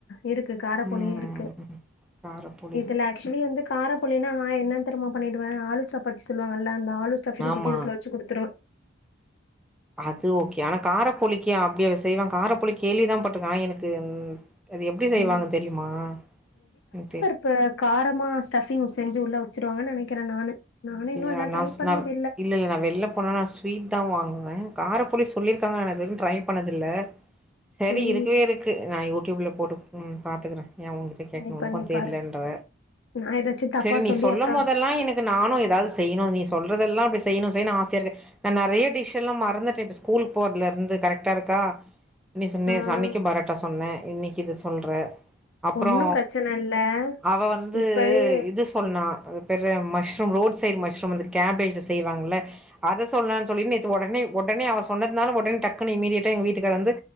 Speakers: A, on the left; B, in the centre.
A: இருக்கு காரப் போலியு
B: ம்
A: இருக்கு
B: காரப்போலி
A: இதுல ஆக்சுவலி வந்து காரப்போல்லினா நா என்ன தெர்மா பண்ணிடுவே ஆளு சாப்பாத்தி சொல்லுவாங்கல்ல அந்த ஆளு சப்பாத்தி
B: ஆமா
A: தூக்கி இதுல‌வச்சி குடுத்துருவே
B: அது ஓகே ஆனா காரப்போலிக்க அப்டிய செய்வ காரப்போலி கேள்விதா பட்ருக்க ஆனா எனக்கு அது எப்டி செய்வாங்க
A: ம்.
B: தெரியுமா ம் தெரி
A: இப்போ காரமா ஸ்டஃபிங் செஞ்சு உள்ளே வச்சுரூவாங்கனு நெனைக்கிறே நானு நானும்
B: அப்டியா
A: இன்னும் அதான்
B: நஸ்
A: ட்ரை பண்ணது
B: நா இல்ல இல்ல நா வெள்ள போனா நா ஸ்வீட்தா வாங்குவே காரபோலி சொல்லிருக்காங்க நா இதவரைக்கு ட்ரை பண்ணதில்ல சரி
A: ம்.
B: இருக்கவே இருக்கு நா யூடியூப்ல போட்டு பாத்துக்குறே ஏ உங்கிட்ட கேட்கணு
A: ட்ரை
B: உனக்கு
A: பண்ணி
B: தெரியலன்ற
A: பாரு. நான் ஏதாச்சும் தப்பா
B: சரி நீ
A: சொல்லி
B: சொல்ல
A: அப்புறம்
B: மோதெல்லா எனக்கு நானு ஏதாவது செய்யணு நீ சொல்றதெல்லா அப்டி செய்ணு செய்ணு ஆசையார்க்கு நா நறைய டிஷ்ஷெல்லா மறந்துட்டே இப்ப ஸ்கூலுக்கு போறதுல இருந்து கரெக்டா இருக்கா நீ சுன்னே
A: ஆ.
B: அன்னைக்கு பரோட்டா சொன்ன இன்னைக்கு இத சொல்ற அப்றோ
A: ஒண்ணும் பிரச்சனை இல்ல.
B: அவ வந்து
A: இப்பவே
B: இது சொன்னா அது பேரு mushroom road side mushroom வந்து கேபேஜ்ல செய்வாங்கள்ல அத சொல்லானு சொல்லி நேத்து ஒடனே ஒடனே அவ சொன்னத்னால ஒடனே டக்குனுு இமீடியட்டா எங்க வீட்டுக்காரு வந்து